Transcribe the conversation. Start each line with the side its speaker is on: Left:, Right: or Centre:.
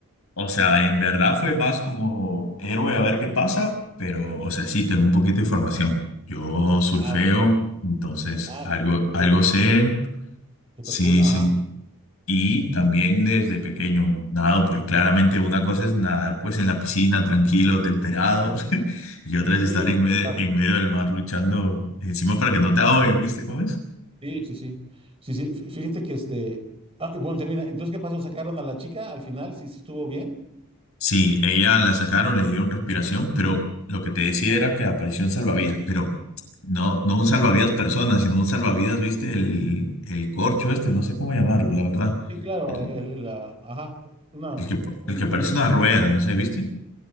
Left: O sea, en verdad fue más como héroe a ver qué pasa, pero, o sea, sí, tengo un poquito de información. Yo surfeo,
Right: Ah, ok.
Left: entonces
Right: Ah,
Left: algo, algo
Right: súper
Left: sé,
Right: cool. Súper
Left: sí,
Right: cool, ajá.
Left: sí. Y también desde pequeño nado, pero claramente una cosa es nadar pues en la piscina, tranquilo, temperado, <laughs> y otra es estar
Right: Sí,
Left: en medio,
Right: total.
Left: en medio del mar luchando encima para que no te ahoguen, ¿viste cómo es?
Right: Sí, sí, sí. Sí, sí. Fí- Fíjate que este. Ah, y bueno, termina. Entonces, ¿qué pasó? ¿Sacaron a la chica al final? ¿Sí, sí estuvo bien?
Left: Sí, ella la sacaron, le dieron respiración, pero lo que te decía era que apareció un salvavidas, pero no, no un salvavidas persona, sino un salvavidas, viste, el, el corcho este, no sé cómo llamarlo, la verdad.
Right: Sí, claro.
Left: El,
Right: el- el- la, ajá. Una,
Left: el
Right: un,
Left: que,
Right: un,
Left: el que parece una rueda, no sé, ¿viste?